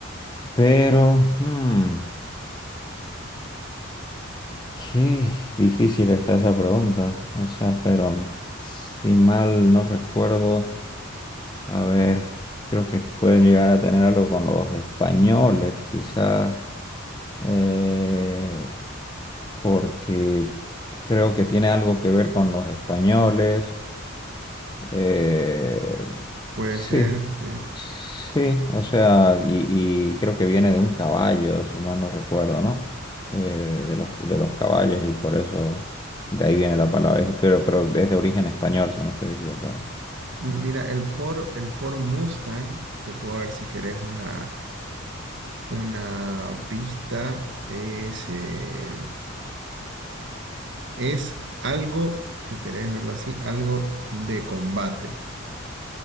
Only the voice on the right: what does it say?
Puede
ser. ¿sí?
Mira, el Ford, el Ford Mustang, te puedo dar si querés una, una pista, es, eh, es algo, si querés verlo así, algo de combate